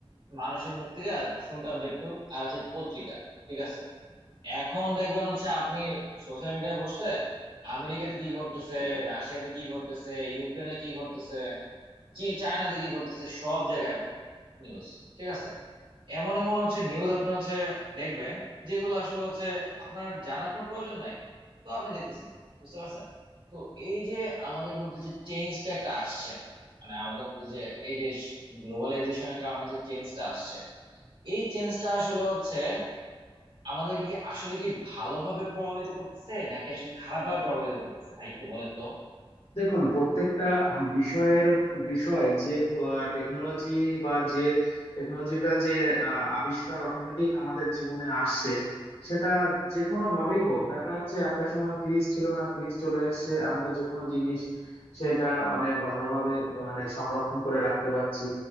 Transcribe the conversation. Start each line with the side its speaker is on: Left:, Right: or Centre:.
Right: মানুষের মুখ থেকে শুনতাম যেটুক আর হচ্ছে পত্রিকা ঠিক আছে এখন দেখবেন হচ্ছে আপনি সোশ্যাল মিডিয়ায় বসলে আমেরিকাতে কি ঘটতেছে রাশিয়াতে কি ঘটতেছে ইউক্রেনে কি ঘটতেছে চি- চায়নাতে কি ঘটতেছে সব জায়গায় নিউজ ঠিক আছে এমন এমন হচ্ছে নিউজ আপনি হচ্ছে দেখবেন যেগুলো আসলে হচ্ছে আপনার জানার কোনো প্রয়োজন নাই তো আপনি দেখতেছেন বুঝতে পারছেন তো এই যে আমাদের মধ্যে যে চেঞ্জটা একটা আসছে মানে আমাদের মধ্যে যে এই যে গ্লোবালাইজেশনের কারণে যে চেঞ্জটা আসছে এই চেঞ্জটা আসলে হচ্ছে আমাদেরকে কি আসলে কি ভালোভাবে প্রভাবিত করতেছে নাকি আসলে খারাপভাবে প্রভাবিত করতেছে ভাই একটু বলেন তো
Left: দেখুন প্রত্যেকটা বিষয়ের ওপ- বিষয় যে টেকনোলজি বা যে টেকনোলজিক্যাল যে আহ, আবিষ্কার অটোমেটিক আমাদের জীবনে আসছে সেটা যে কোনো ভাবেই হোক দেখা যাচ্ছে একটা সময় ফ্রিজ ছিল না ফ্রিজ চলে এসেছে আমরা যে কোনো জিনিস সেটা মানে ভালোভাবে মানে সংরক্ষণ করে রাখতে পারছি